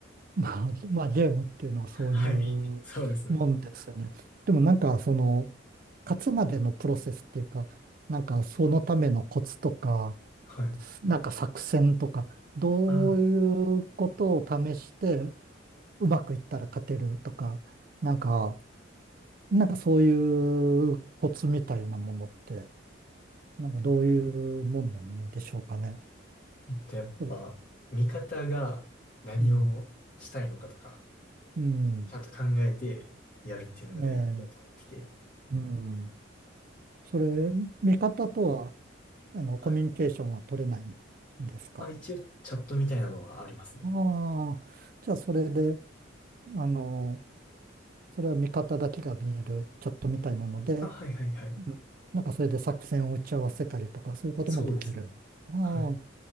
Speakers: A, on the right; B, on the left.
A: まあ、まあ、ゲームっていうのはそういうもんですよね。
B: はい。そうですね。
A: でもなんか、その、勝つまでのプロセスっていうか、なんか、そのためのコツとか、
B: はい。
A: なんか作戦とか、どういうことを試して、
B: ああ。
A: うまくいったら勝てるとか、なんか、なんかそういうコツみたいなものって、なんかどういうもんなんでしょうかね。
B: で、やっぱ、
A: ちょっと
B: 味方が何をしたいのかとか、
A: うん、うん、
B: ちゃんと考えてやるっていうのが大事だと思ってて。
A: ええ、うん。それ、見方とは、あの、
B: はい。
A: コミュニケーションは取れないんですか
B: あ、一応、チャットみたいなのはありますね。
A: ああ、じゃあそれで、あの、それは見方だけが見えるチャットみたいなので、
B: あ、はいはいはい。
A: うんなんかそれで作戦を打ち合わせたりとか、そういうこともできる。
B: そうですね。
A: ああ、
B: はい。